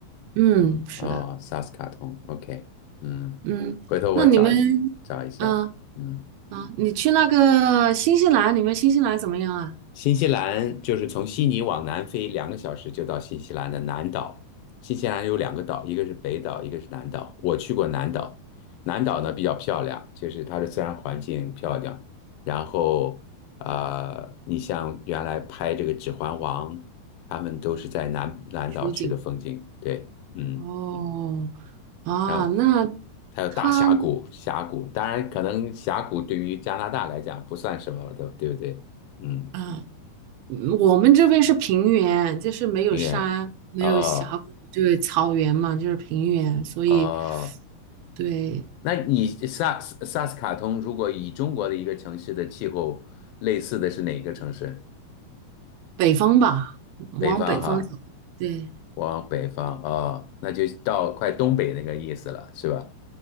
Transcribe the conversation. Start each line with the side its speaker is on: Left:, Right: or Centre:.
Right: 嗯，
Left: 嗯，
Right: 是的，
Left: 哦，萨斯卡通，OK，嗯，
Right: 嗯，
Left: 回头我找一下，
Right: 那你们。
Left: 找一下，
Right: 嗯，
Left: 嗯，
Right: 啊，你去那个新西兰，你们新西兰怎么样啊？
Left: 新西兰就是从悉尼往南飞两个小时就到新西兰的南岛。新西兰有两个岛，一个是北岛，一个是南岛。我去过南岛，南岛呢比较漂亮，就是它的自然环境漂亮。然后，呃，你像原来拍这个《指环王》，他们都是在南南岛去的风景。
Right: 取景
Left: 对，嗯，
Right: 哦，啊，
Left: 然后
Right: 那
Left: 还有大峡谷，
Right: 它
Left: 峡谷，当然可能峡谷对于加拿大来讲不算什么的，对不对？嗯，
Right: 啊，嗯我们这边是平原，就是没有山，
Left: 音乐。
Right: 没有峡谷，
Left: 哦，
Right: 就是草原嘛，就是平原，所以
Left: 哦，
Right: 对
Left: 那你萨斯萨斯卡通如果以中国的一个城市的气候类似的是哪个城市？
Right: 北方吧，往北方走，
Left: 北方哈，
Right: 对，
Left: 往北方啊哦那就到快东北那个意思了，是吧？